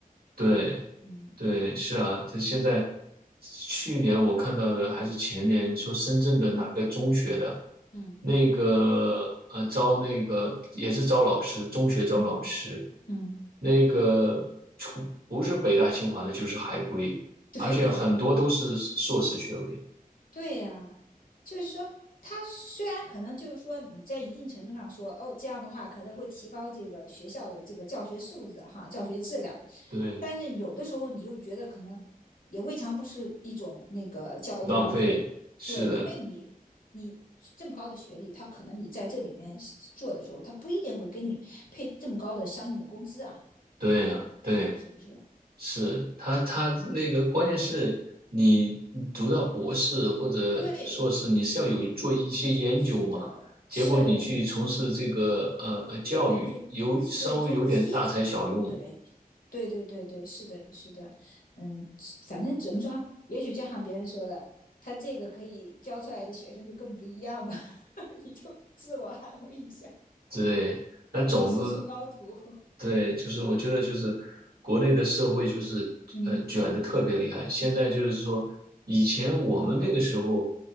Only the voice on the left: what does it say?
嗯
嗯
嗯嗯，
<laughs> 对呀，
对呀，就是说，他虽然可能就是说你在一定程度上说，哦，这样的话可能会提高这个学校的这个教学素质哈，教学质量，
但是有的时候你又觉得可能也未尝不是一种那个教育浪费，
对，因为你你这么高的学历，他可能你在这里面做的时候，他不一定会给你配这么高的相应的工资啊，
是不是？
对，
是的，
是你对最基对最基础的，
对，对对对对，是的，是的，嗯，反正怎么说，也许就像别人说的，他这个可以教出来的学生就更不一样嘛。<laughs> 你就自我安慰一下，
名师出高徒。
嗯，